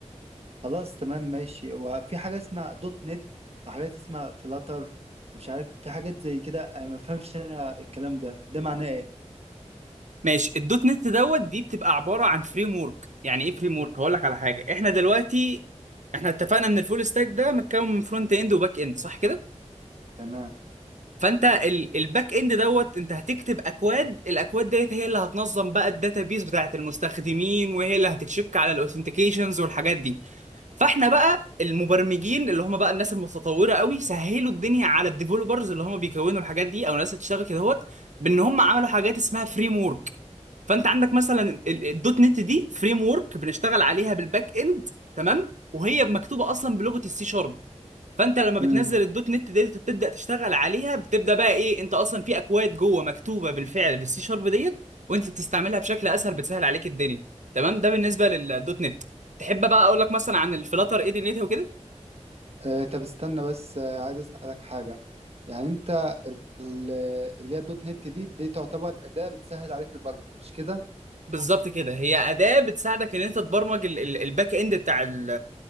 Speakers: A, on the right; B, on the right.
A: خلاص تمام ماشي هو في حاجة اسمها دوت نت وحاجات اسمها فلاتر ومش عارف في حاجات زي كده أنا ما فهمش انا الكلام ده ده معناه ايه
B: ماشي الدوت نت دوت دي بتبقى عباره عن فريم ورك يعني ايه فريم ورك هقول لك على حاجه احنا دلوقتي احنا اتفقنا ان الفول ستاك ده متكون من فرونت اند وباك اند صح كده
A: تمام
B: فانت ال- الباك اند دوت انت هتكتب اكواد الاكواد ديت هي اللي هتنظم بقى الداتابيز بتاعت المستخدمين وهي اللي هتتشك على الاوثنتيكيشنز والحاجات دي فاحنا بقى المبرمجين اللي هم بقى الناس المتطوره قوي سهلوا الدنيا على الديفلوبرز اللي هم بيكونوا الحاجات دي او الناس اللي بتشتغل كده هوت بان هم عملوا حاجات اسمها فريم ورك فانت عندك مثلا ال- ال- الدوت نت دي فريم ورك بنشتغل عليها بالباك اند تمام وهي مكتوبه اصلا بلغه السي شارب فانت لما بتنزل
A: امم
B: الدوت نت ديت وتبدا تشتغل عليها بتبدا بقى ايه انت اصلا في اكواد جوه مكتوبه بالفعل بالسي شارب ديت وانت بتستعملها بشكل اسهل بتسهل عليك الدنيا تمام ده بالنسبه للدوت نت تحب بقى اقول لك مثلا عن الفلاتر ايه دنيتها وكده
A: آه طب استنى بس آه عايز اسألك حاجة يعني انت ال- اللي هي الدوت نت دي دي تعتبر أداة بتسهل عليك البرمجة مش كده
B: بالظبط كده هي اداه بتساعدك ان انت تبرمج ال- ال- الباك اند بتاع ال